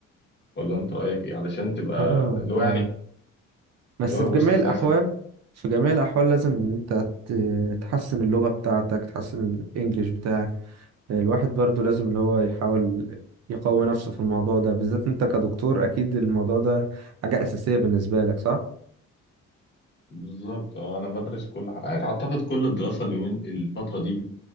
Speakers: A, on the left; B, on the right.
A: ولا انت رأيك ايه علشان تبقى
B: اه
A: اللي هو يعني
B: بس
A: اللي هو
B: في جميع
A: وسط
B: الأحوال
A: ناسك
B: في جميع الأحوال لازم إن أنت ت- تحسن اللغة بتاعتك تحسن الإنجليش بتاعك الواحد برضو لازم اللي هو يحاول يقوي نفسه في الموضوع ده بالذات أنت كدكتور أكيد الموضوع ده حاجة أساسية بالنسبة لك صح؟
A: بالظبط اه انا بدرس كل حاجة اعتقد كل الدراسة اليومين الفترة دي